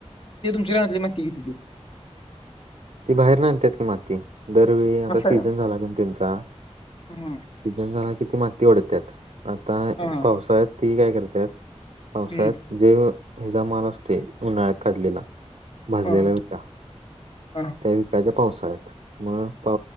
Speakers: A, on the left; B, on the right.
A: तुमची राहनाली माती घेतली त
B: ती बाहेर आणतात की माती दरवेळी आता
A: असं
B: सीझन
A: आहे.
B: झाला काण त्यांचा
A: हम्म.
B: सीझन झाला कि ती माती ओढतात, आता
A: हा हा.
B: पावसाळ्यात ती काय करतात. पावसाळ्यात
A: हम्म.
B: जे हिचा माल असते उन्हाळ्यात काढलेला. भाजलेला
A: हा ह
B: विटा
A: हा.
B: त्या विकाच्या पावसाळ्यात मग पा